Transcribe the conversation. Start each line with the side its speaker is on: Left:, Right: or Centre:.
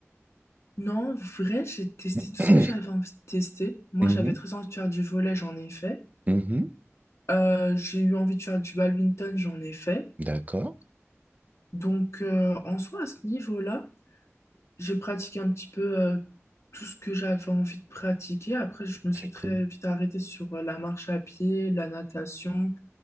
Left: Non, en vrai, j'ai testé
Right: <clears throat>
Left: tout ce que j'avais envie de tester. Moi,
Right: Mhm,
Left: j'avais très envie de faire du volet, j'en ai fait.
Right: mhm.
Left: Euh, j'ai eu envie de faire du badminton, j'en ai fait.
Right: D'accord,
Left: Donc, euh, en soi, à ce niveau-là, j'ai pratiqué un petit peu euh, tout ce que j'avais envie de pratiquer. Après, je me suis
Right: c'est
Left: très
Right: cool.
Left: vite arrêtée sur euh, la marche à pied, la natation